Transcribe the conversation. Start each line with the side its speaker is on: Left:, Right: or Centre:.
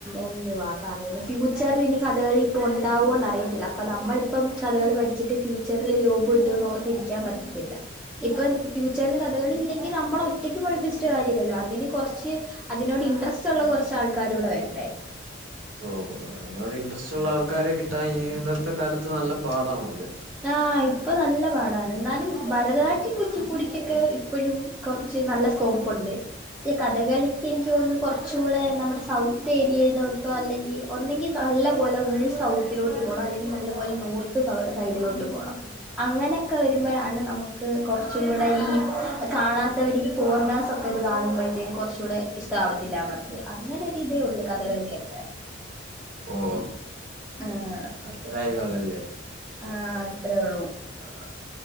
Centre: എന്തുവാ പറയ ഫ്യൂച്ചറിൽ ഇനി കഥകളിപ്പോൾ ഉണ്ടാ വോഎന്ന അറിയത്തില്ല അപ്പൾ നമ്മളിപ്പം കഥകളി പഠിച്ചിട്ട് ഫ്യൂച്ചറിൽ ജോബ് വിട്ടൂന്ന് ഓർത്തിരിക്കാൻ പറ്റത്തില്ല ഇപ്പം ഫ്യുച്ചെറിൽ കഥകളി ഇല്ലെങ്കിൽ നമ്മള ഒറ്റക്ക് പഠിപ്പിച്ചിട്ട് കാര്യമില്ലല്ലോ അതിന് കുറച്ച് അതിനോട് ഇൻട്രസ്റ്റ് ഉള്ള കുറച്ചാൾക്കാരൂടെ വേണ്ടേ
Right: ഓ അതിനോട് ഇൻട്രസ്റ്റ് ഉള്ള ആൾക്കാരെ കിട്ടാൻ ഇന്നത്തെ കാലത്ത് നല്ല പാടാണല്ലേ
Centre: ആഹ് ഇപ്പൊ നല്ല പാടാണ് എന്നാലും ഭരതനാട്യം കുച്ചിപ്പുടിക്കൊക്കെ ഇപ്പോഴും കുറച്ച് നല്ല സ്കോപ്പുണ്ട് പക്ഷേ കഥകളിക്ക് എനിക്ക് തോന്നുന്നു കുറച്ചൂടെ നമ്മുടെ സൗത്ത് ഏരിയയിലോട്ടോ അല്ലെങ്കിൽ ഒന്നെങ്കിൽ നല്ല പോലെ ഉൾ സൗത്തിലോട്ട് പോണം അല്ലെങ്കിൽ നല്ല പോലെ നോർത്ത് സൗ സൈഡിലോട്ട് പോണം അങ്ങനൊക്കെ വരുമ്പോഴാണ് നമുക്ക് കുറച്ചും കൂടെ ഈ കാണ ത്തവര് ഫോറിനാസ് ഒക്കെ ത് കാണുമ്പഴെ തേന് കുറച്ച കൂടെ ഇഷ്ട ആവത്തില്ല അവർക്ക് അങ്ങനൊരു ഇതേ ഉള്ളൂ കഥകളിക്കൊക്കെ
Right: ഓ
Centre: ആഹ്
Right: അത്രായിക ഉള്ളല്ലേ
Centre: ആ അത്രേ ഉള്ളൂ
Right: ആ